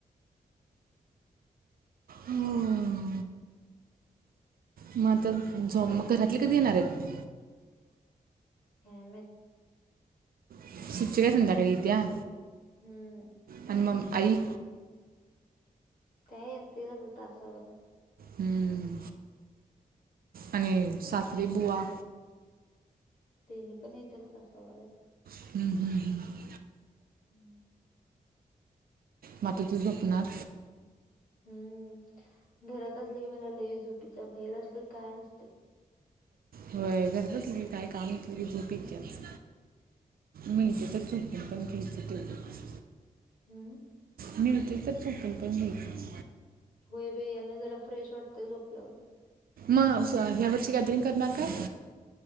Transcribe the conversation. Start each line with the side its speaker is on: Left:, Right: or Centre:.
Right: हम्म. मग आता झ मग घरातली कधी येणार आहेत?
Left: काय माहित.
Right: <unintelligible> काय संध्याकाळी येत्या.
Left: हम्म.
Right: आणि मग आई
Left: काय येतील आता तासाभरात.
Right: हम्म आणि सासरेबुवा
Left: तेनी पण येतील तासाभरात.
Right: हम्म, हम्म, हम्म.
Left: हम्म.
Right: मग आता तु झोपणार?
Left: हम्म, घरात असले की मला लय झोप येत्या भैर असलं की काय नसतंय.
Right: होय घरात असलं की काय काम नसल की झोप
Left: हम्म
Right: येत्याच. मिळत्या तर झोपून पण घ्यायच तेवढंच.
Left: हम्म.
Right: मिळतंय तर चुकून पण मिळतंय.
Left: होय बाई आणि जरा फ्रेश वाटतंय झोपल्यावर.
Right: मा उस या वर्षी गॅदरिंग करणार काय?